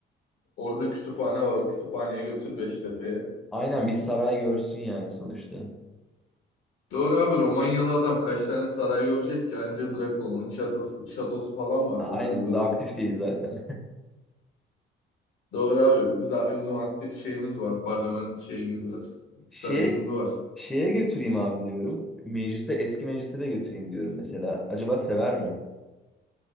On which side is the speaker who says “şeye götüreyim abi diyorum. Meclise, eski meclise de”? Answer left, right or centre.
Centre